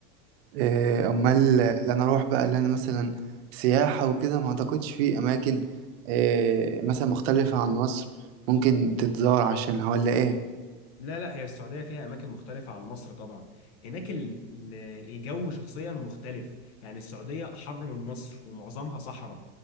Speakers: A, on the right; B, on the left.
A: اه، امال اللي انا اروح بقى اللي انا مثلا سياحة وكده ما اعتقدش في اماكن اه، مثلا مختلفة عن مصر ممكن تتزار عشانها ولا ايه
B: لا لا هي السعودية فيها أماكن مختلفة عن مصر طبعا هناك ال- ال- الجو شخصيا مختلف يعني السعودية حر من مصر ومعظمها صحراء